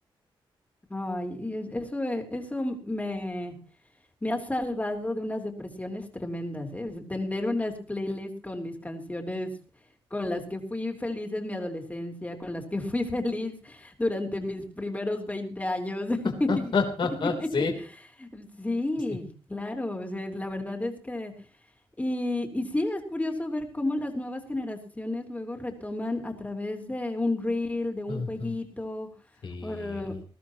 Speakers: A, on the left; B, on the left.
A: Ay, y es- eso, eh, eso me, Me ha salvado de unas depresiones tremendas, ¿eh? Es Tener unas playlists con mis canciones con las que fui feliz en mi adolescencia, con las que <laughs> fui feliz durante mis primeros 20 años. <laughs>
B: <laughs> Sí,
A: Sí,
B: sí.
A: claro, o sea, la verdad es que... Y, y sí, es curioso ver cómo las nuevas generaciones luego retoman a través de un reel, de un
B: Ajá,
A: jueguito,
B: sí,
A: eh,